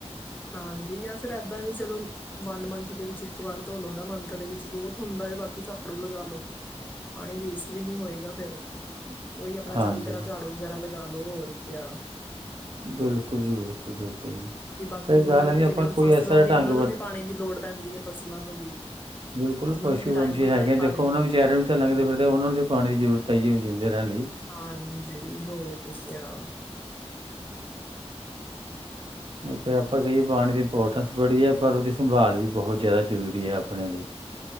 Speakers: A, on the left; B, on the right.
A: ਹਾਂਜੀ ਜਾ ਫਿਰ ਏਦਾਂ ਵੀ ਚਲੋ ਵਨ ਮੰਥ ਦੇ ਵਿੱਚ ਇੱਕ ਵਾਰ ਧੋ ਲੋ ਨਾ ਮੰਥ ਦੇ ਵਿੱਚ ਬਹੁਤ ਹੁੰਦਾ ਹੈ ਬਾਕੀ ਝਾੜੂ ਲਗਾ ਲੋ, ਪਾਣੀ ਵੇਸਟ ਵੀ ਨਹੀਂ ਹੋਏਗਾ ਫਿਰ। ਔਹੀ ਆਪਣਾ
B: ਹਾਂਜੀ
A: ਚੰਗੀ ਤਰ੍ਹਾਂ ਝਾੜੂ ਵਗੈਰਾ ਲਗਾ ਲੋ ਹੋਰ ਕਯਾ
B: ਬਿਲਕੁਲ ਜੀ, ਬਿਲਕੁਲ, ਬਿਲਕੁਲ।
A: ਕਿ ਬਾਕੀ
B: ਇਹ
A: ਹੁਣ
B: ਗੱਲ ਹੈ ਵੀ ਆਪਾਂ
A: ਜਿਵੇਂ ਹੁਣ
B: ਕੋਈ
A: ਫਸਲਾਂ
B: ਐਸਾ
A: ਨੇ
B: ਢੰਗ
A: ਉਹਨਾ ਨੂੰ
B: ਵਰਤ
A: ਵੀ ਪਾਣੀ ਦੀ ਲੋੜ ਪੈਂਦੀ ਹੈ ਫਸਲਾਂ ਨੂੰ ਵੀ
B: ਬਿਲਕੁਲ
A: ਉਹਨਾ
B: ਪਸ਼ੂ
A: ਨੂੰ ਵੀ ਟਾਈਮ
B: ਪੰਛੀ
A: ਟੂ
B: ਹੈਗੇ
A: ਟਾਈਮ
B: ਆ,
A: ਪਾਣੀ
B: ਦੇਖੋ
A: ਦੀ
B: ਉਹਨਾਂ ਵਿਚਾਰਿਆਂ
A: ਲੋੜ
B: ਨੂੰ
A: ਹੂੰਦੀ
B: ਤਾਂ ਲੰਘਦੇ
A: ਆ।
B: ਫਿਰਦੇ ਉਹਨਾਂ ਨੂੰ ਤਾਂ ਪਾਣੀ ਦੀ ਜ਼ਰੂਰਤ ਹੈ ਜੀ ਜਿਉਂਦੇ ਰਹਿਣ ਲਈ
A: ਹਾਂਜੀ ਹੋਰ ਕਿਆ,
B: ਮਤ ਆਪਾਂ ਕਹੀਏ ਪਾਣੀ ਦੀ ਇੰਪੋਰਟੈਂਸ ਬੜੀ ਹੈ ਪਰ ਉਹਦੀ ਸੰਭਾਲ ਵੀ ਬਹੁਤ ਜ਼ਿਆਦਾ ਜ਼ਰੂਰੀ ਹੈ ਆਪਣੇ ਲਈ।